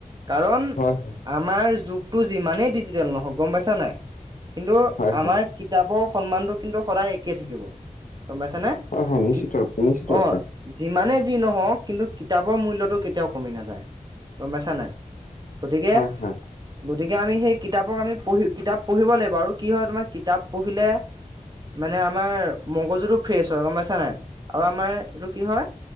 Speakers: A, on the right; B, on the left.
A: কাৰণ
B: হয় হয়
A: আমাৰ যুগটো যিমানেই ডিজিটেল নহওঁক, গ'ম পাইছা নাই। কিন্তু
B: হয়
A: আমাৰ
B: হয়
A: কিতাপৰ সন্মানটো কিন্তু সদায় একেই থাকিব। গ'ম পাইছ নে?
B: হয় হয় নিশ্চিত
A: কি-
B: ৰূপে নিশ্চিত
A: অ'
B: ৰূপে
A: যিমানে যি নহওঁক কিন্তু কিতাপৰ মূল্যটো কেতিয়াও কমি নাযায়, গ'ম পাইছা নাই। গতিকে
B: হয় হয়।
A: গতিকে আমি সেই কিতাপক আমি পঢ়ি কিতাপ পঢ়িব লাগিব আৰু কি হয় তোমাৰ কিতাপ পঢ়িলে মানে আমাৰ মগজুটো ফ্ৰেছ হয় গম পাইছা নাই। আৰু আমাৰ এইটো কি হয়,